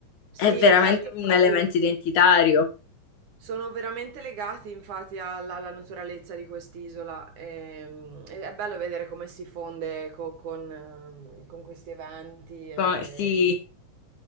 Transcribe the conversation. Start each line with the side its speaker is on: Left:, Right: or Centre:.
Right: sì,
Left: è veramente
Right: infatti è
Left: un elemento
Right: assurdo.
Left: identitario.
Right: Sono veramente legati infatti alla, alla naturalezza di quest'isola e, mm, e è bello vedere come si fonde co- con, ehm, con questi eventi e,
Left: Co- Sì,